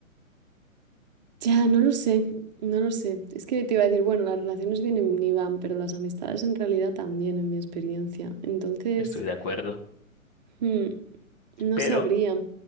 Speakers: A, on the right; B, on the left.
A: Ya, no lo sé, no lo sé. Es que te iba a decir, bueno, las relaciones vienen y van, pero las amistades en realidad también, en mi experiencia. Entonces,
B: Estoy de acuerdo.
A: hmm, no
B: Pero
A: sabría.